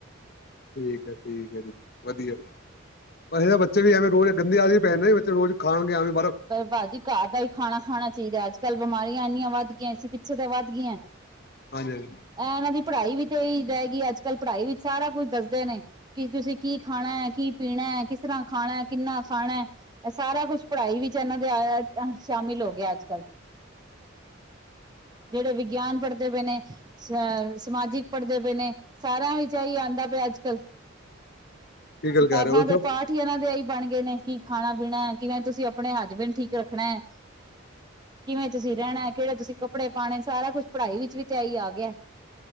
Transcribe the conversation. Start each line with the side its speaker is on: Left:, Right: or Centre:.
Left: ਠੀਕ ਹੈ ਠੀਕ ਹੈ, ਜੀ ਵਧੀਆ ਜੀ ਬੈਸੈ ਇਹਦਾ ਬੱਚੇ ਵੀ ਐਵੇਂ ਰੋਜ਼ ਗੰਦੀ ਆਦਤ ਵੀ ਪੈਦੀ ਬੱਚੇ ਰੋਜ਼ ਖਾ ਕੇ ਆਣ ਦੀ,
Right: ਪਰ ਭਾਜੀ ਘਰ ਦਾ ਵੀ ਖਾਣਾ ਖਾਣਾ ਚਾਹੀਦਾ ਅੱਜ ਕੱਲ ਬਿਮਾਰੀਆਂ ਇੰਨੀਆਂ ਵੱਧ ਗਈਆਂ ਸੀ, ਕਿ ਅੱਛੇ ਤਾਂ ਵੱਧ ਕੀ ਐ।
Left: ਹਾਂਜੀ ਹਾਂਜੀ
Right: ਐ ਇਹਨਾਂ ਦੀ ਪੜ੍ਹਾਈ ਵੀ ਤੇ ਈ ਜਾਏਗੀ ਅੱਜ ਕੱਲ੍ਹ ਪੜ੍ਹਾਈ ਵਿੱਚ ਸਾਰਾ ਕੁੱਛ ਦੱਸਦੇ ਨੇ ਕਿ ਤੁਸੀਂ ਕੀ ਖਾਣਾ ਹੈ, ਕੀ ਪੀਣਾ ਕਿਸ ਤਰ੍ਹਾਂ ਖਾਣਾ ਕਿੰਨਾ ਖਾਣਾ ਇਹ ਸਾਰਾ ਕੁਛ ਪੜ੍ਹਾਈ ਵਿੱ ਐਨਾ ਦੇ ਆਇਆ ਅ ਸ਼ਾਮਿਲ ਹੋ ਗਿਆ ਅੱਜ-ਕੱਲ, ਜਿਹੜੇ ਵਿਗਿਆਨ ਪੜ੍ਹਦੇ ਪਏ ਨੇ, ਸ ਸਮਾਜਿਕ, ਪੜਦੇ ਪਏ ਨੇ, ਸਾਰਿਆਂ ਵਿੱਚ ਐਈ ਆਦਾ ਪਿਆ ਅੱਜ ਕੱਲ,
Left: ਠੀਕ ਗੱਲ
Right: ਕਿਤਾਬਾਂ
Left: ਕਹਿ ਰਹੇ ਹੋ
Right: ਦੇ
Left: ਸਭ
Right: ਪਾਠ ਹੀ ਇਹਨਾਂ ਐਈ, ਬਣ ਗਏ ਨੇ, ਕੀ ਖਾਣਾ ਪੀਣਾ ਕਿਵੇਂ ਤੁਸੀਂ ਆਪਣੇ ਹਸਬੈਂਡ ਠੀਕ ਰੱਖਣਾ ਹੈ, ਕਿਵੇਂ ਤੁਸੀਂ ਰਹਿਣਾ ਕਿਹੜੇ ਤੁਸੀਂ ਕੱਪੜੇ ਪਾਉਣੇ ਸਾਰਾ ਕੁਛ ਪੜ੍ਹਾਈ ਵਿੱਚ ਵੀ ਤੇ ਐਈ ਆ ਗਿਆ।